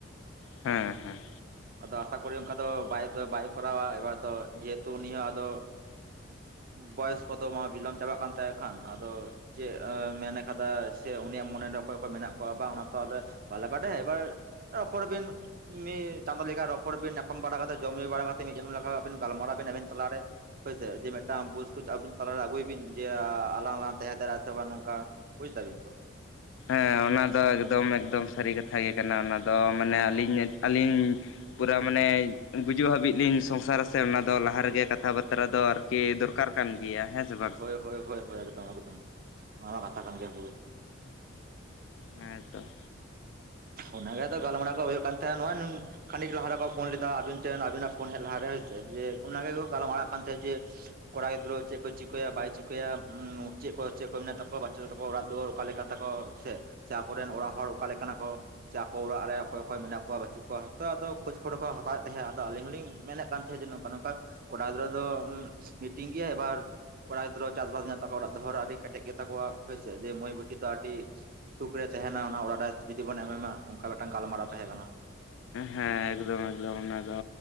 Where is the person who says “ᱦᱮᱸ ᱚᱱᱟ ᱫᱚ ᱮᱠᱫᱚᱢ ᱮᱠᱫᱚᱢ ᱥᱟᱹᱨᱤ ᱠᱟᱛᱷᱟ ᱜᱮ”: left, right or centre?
Left